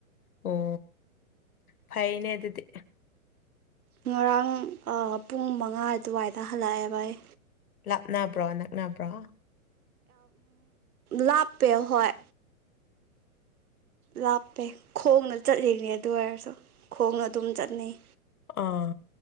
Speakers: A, on the left; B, on the right.
A: ꯑꯣ ꯐꯥꯏꯩꯅ ꯑꯗꯨꯗꯤ
B: ꯉꯔꯥꯡ ꯄꯨꯡ ꯃꯉꯥ ꯑꯗꯨꯋꯥꯏꯗ ꯍꯜꯂꯛꯑꯦꯕ ꯑꯩ
A: ꯂꯥꯞꯅꯕ꯭ꯔꯣ ꯅꯛꯅꯕ꯭ꯔꯣ
B: ꯂꯞ ꯄꯦ ꯍꯣꯏ ꯂꯥꯞꯄꯦ ꯈꯣꯡꯅ ꯆꯠꯂꯤꯅꯦ ꯑꯗꯨ ꯑꯣꯏꯔꯁꯨ ꯈꯣꯡꯅ ꯑꯗꯨꯝ ꯆꯠꯅꯩ
A: ꯑꯥ